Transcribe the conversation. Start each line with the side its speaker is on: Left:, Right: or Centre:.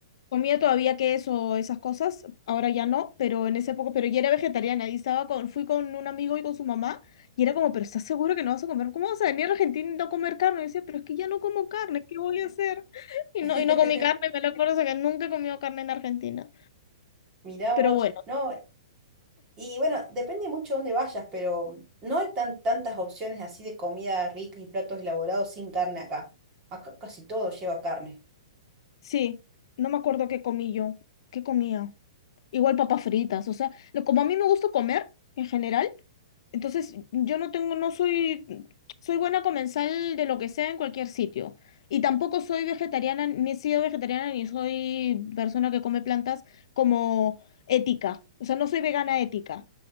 Left: Comía todavía queso, esas cosas, ahora ya no, pero en esa época, pero ya era vegetariana y estaba con, fui con un amigo y con su mamá y era como, pero ¿estás seguro que no vas a comer? ¿Cómo vas a venir a Argentina y no comer carne? Y decía, pero es que ya no como carne, ¿qué voy a hacer? <laughs> Y
Right: <laughs>
Left: no, y no comí carne, me lo acuerdo, o sea, que nunca he comido carne en Argentina.
Right: mirá
Left: Pero
Right: vos.
Left: bueno,
Right: No, Y bueno, depende mucho de dónde vayas, pero no hay tan, tantas opciones así de comida rica y platos elaborados sin carne acá. Acá casi todo lleva carne.
Left: sí, no me acuerdo qué comí yo, qué comía. Igual papas fritas, o sea, lo- como a mí me gusta comer en general, entonces yo no tengo, no soy, soy buena comensal de lo que sea en cualquier sitio. Y tampoco soy vegetariana, ni he sido vegetariana, ni soy persona que come plantas como ética. O sea, no soy vegana ética.